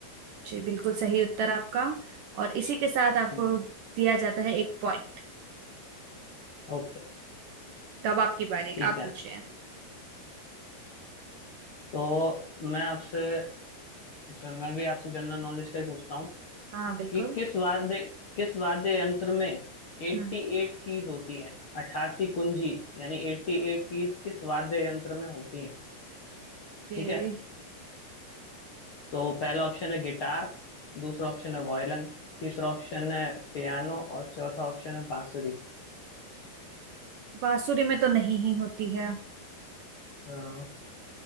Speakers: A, on the right; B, on the left.
A: जी बिल्कुल सही उत्तर आपका और इसी के साथ आपको
B: हम्म
A: दिया जाता है एक पॉइंट
B: ओके
A: तो अब आपकी बारी
B: ठीक
A: आप
B: है
A: पूछिए
B: तो मैं आपसे अच्छा मैं भी आपसे जनरल नॉलेज का ही पूछता हूँ
A: हाँ बिल्कुल
B: कि किस वाद्य किस वाद्य यंत्र में 88
A: हम्म
B: कीज होती है 88 कुंजी यानी 88 कीज किस वाद्य यंत्र में होती है
A: ये
B: ठीक है तो पहला ऑप्शन है गिटार दूसरा ऑप्शन है वायलिन तीसरा ऑप्शन है पियानो और चौथा ऑप्शन है बांसुरी
A: बांसुरी में तो नहीं ही होती है
B: हाँ,